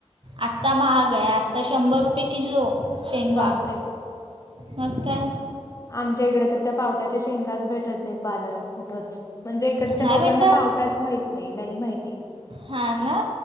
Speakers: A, on the right; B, on the left.
A: आता महाग आहे, आता शंभर रुपये किलो. शेंगा
B: बापरे!
A: मग काय
B: आमच्या इकडे तर त्या पावट्याच्या शेंगाच भेटत नाही बाजारात. कुठच, म्हणजे इकडच्या
A: नाही
B: लोकांना
A: भेटत
B: पावटाच माहीत नाही, नाही माहिती.
A: हा ना.